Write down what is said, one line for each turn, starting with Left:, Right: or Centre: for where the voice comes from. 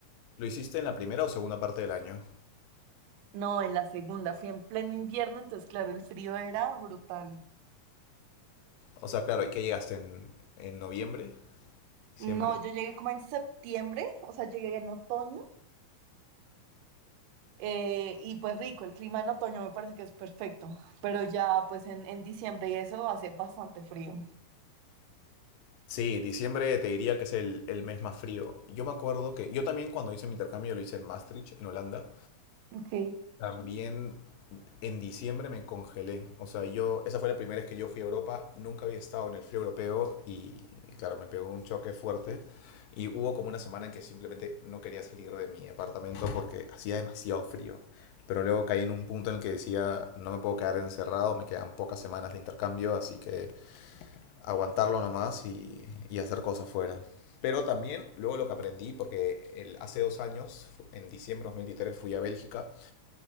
Left: ¿Lo hiciste en la primera o segunda parte del año?
Right: No, en la segunda fui en pleno invierno, entonces claro, el frío era brutal.
Left: O sea, claro, ¿y qué llegaste en, en noviembre? ¿Diciembre?
Right: No, yo llegué como en septiembre, o sea, llegué en otoño eh, y pues rico, el clima en otoño me parece que es perfecto, pero ya pues en, en diciembre y eso hace bastante frío.
Left: Sí, diciembre te diría que es el, el mes más frío. Yo me acuerdo que yo también cuando hice mi intercambio lo hice en Maastricht, en Holanda.
Right: Ok,
Left: También en diciembre me congelé. O sea, yo, esa fue la primera vez que yo fui a Europa. Nunca había estado en el frío europeo y, claro, me pegó un choque fuerte. Y hubo como una semana en que simplemente no quería salir de mi apartamento porque hacía demasiado frío. Pero luego caí en un punto en el que decía, no me puedo quedar encerrado, me quedan pocas semanas de intercambio, así que aguantarlo nomás y, y hacer cosas fuera. Pero también luego lo que aprendí, porque el, hace dos años, fu- en diciembre de 2023, fui a Bélgica